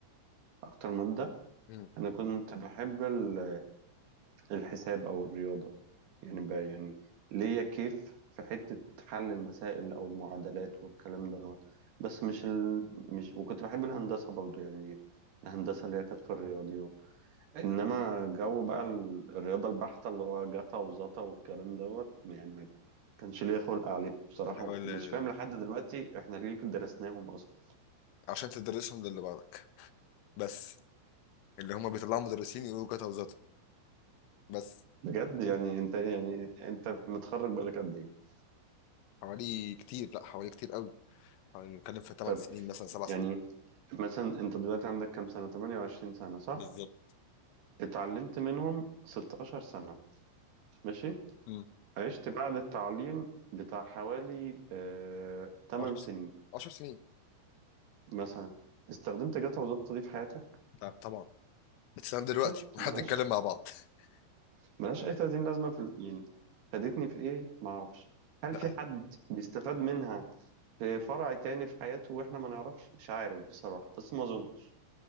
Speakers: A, on the right; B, on the left.
A: اكتر مادة
B: مم.
A: انا كنت بحب ال- الحساب أو الرياضة يعني بقى يعني ليا كيف في حتة حل المسائل أو المعادلات والكلام ده بس مش ال... مش وكنت بحب الهندسة برضو يعني الهندسة اللي هي كانت في الرياضيات إنما جو بقى ال- الرياضة البحتة اللي هو جتا وزتا والكلام دوت يعني ما كانش ليا خلق عليه بصراحة
B: اللي هو ال-
A: ومش فاهم لحد دلوقتي إحنا ليه كده درسناهم أصلا
B: عشان تدرسهم للي بعدك بس اللي هم بيطلعوا مدرسين يقولوا كده وزاته بس
A: بجد يعني أنت يعني أنت متخرج بقالك قد إيه؟
B: حوالي كتير لا حوالي كتير قوي يعني بنتكلم في 8
A: طب
B: سنين مثلا 7
A: يعني
B: سنين
A: مثلا انت دلوقتي عندك كام سنة 28 سنة صح
B: بالظبط
A: اتعلمت منهم 16 سنة ماشي
B: مم.
A: عشت بعد التعليم بتاع حوالي آه 8
B: 10 سنين
A: سنين
B: 10 سنين
A: مثلا استخدمت جاتا وزلطة دي في حياتك
B: ط- طبعا بتسلم دلوقتي
A: شفت
B: <laughs> واحنا
A: ملاش
B: بنتكلم مع بعض <laughs>
A: ملاش اي 30 لازمة في ال- يعني فادتني في ايه معرفش هل
B: لا
A: في حد بيستفاد منها في فرع تاني في حياته واحنا ما نعرفش مش عارف بصراحة بس ما اظنش